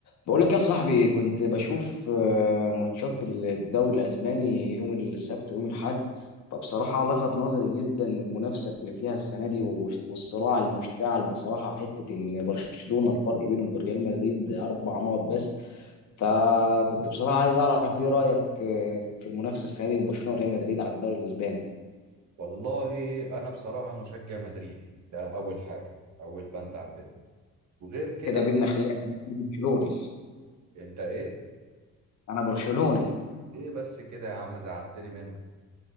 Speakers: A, on the left; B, on the right.
A: بقول لك يا صاحبي كنت بشوف آه، ماتشات الدوري الاسباني يوم السبت ويوم الاحد فبصراحه لفت نظري جدا المنافسه اللي فيها السنه دي و- والصراع المشتعل بصراحه حته ان برشلونه الفرق بينهم وبين ريال مدريد اربع نقط بس فكنت بصراحه عايز اعرف ايه رايك آه، في المنافسه السنه دي بين برشلونه وريال مدريد على الدوري الاسباني
B: والله انا بصراحه مشجع مدريدي ده اول حاجه اول بند عندنا وغير كده
A: كده بينا خلاف أنا برشلوني
B: انت ايه
A: انا برشلوني
B: ايه بس كده يا عم زعلتني منك